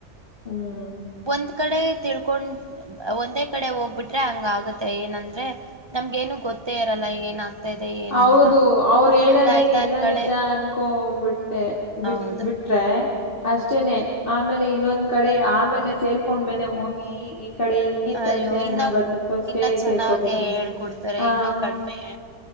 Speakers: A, on the left; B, on the right.
A: ಹ್ಮ್
B: ಒಂದ್ ಕಡೆ ತಿಳ್ಕೊಂಡ್ ಒಂದೇ ಕಡೆ ಹೋಗ್ಬಿಟ್ರೆ ಹಂಗ ಆಗತ್ತೆ ಏನಂದ್ರೆ ನಮ್ಗೇನು ಗೊತ್ತೇ ಇರಲ್ಲ ಏನ ಇದೆ ಏನಂತ
A: ಹೌದು ಅವರು ಹೇಳದೆೇ
B: ಒಂದ್ ಐದಾರು
A: ಎಲ್ಲಾ
B: ಕಡೆ
A: ನಿಜ ಅನ್ಕೊಬಿಡ್ತ ಬಿಟ್
B: ಹೌದು
A: ಬಿಟ್ರೆ
B: ಹ್ಮ್
A: ಅಷ್ಟೇನೆ ಆಮೇಲೆ ಇನ್ನೊಂದ್ ಕಡೆ ಆಮೇಲೆ ಸೇರ್ಕೊಂಡ್ ಮೇಲೆ ಹೋಗಿ ಈ ಕಡೆ ಹಿಂಗಿತ್ತಂತೆ
B: ಅಯ್ಯೋ
A: ಅನ್ನೋ
B: ಇನ್ನ
A: ಬದಲು ಫಸ್ಟೇ
B: ಇನ್ನ ಚೆನ್ನಾಗೆ
A: ಸೇರ್ಕೋಬೇಕಿತ್ತು
B: ಹೇಳ್ಕೊಡ್ತಾರೆ
A: ಆ
B: ಇನ್ನ ಕಡಿಮೆ